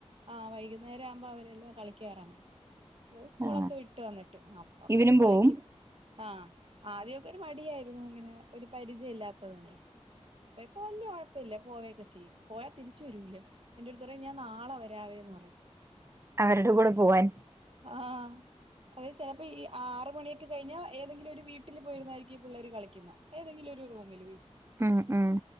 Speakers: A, on the right; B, on the right.
A: ആഹ് വൈകുന്നേരം ആവുമ്പോ അവരെല്ലാം കളിക്കായിറങ്ങും ഇവര് സ്കൂളൊക്കെ
B: ആഹ്
A: വിട്ടു വന്നിട്ട് അപ്പ
B: ഇവനും
A: പോയി കളിക്കും
B: പോവും
A: ആഹ് ആദ്യൊക്കെ ഒരു മടിയായിരുന്നു ഇങ്ങനെ ഒരു പരിചയം ഇല്ലാത്തത് കൊണ്ട് പ്പ ഇപ്പൊ വല്യ കൊഴപ്പില്ല പോവക്കെ ചെയ്യും പോയാതിരിച്ചു വരൂല എന്റെടുത്ത് പറയും ഞാൻ നാളെ വരാവേന്ന് പറയും പോയിട്ട്
B: അവരുടെ കൂടെ പോവാൻ
A: ആഹ് അത് ചെലപ്പോ ഈ ആറ് മണിയൊക്കെ കഴിഞ്ഞ ഏതെങ്കിലും ഒരു വീ ട്ടില് പോയിരുന്നായിരിക്കും ഈ പിള്ളേര് കളിക്കുന്നെ ഏതെങ്കിലും ഒരു റൂമില്
B: ഉം ഉം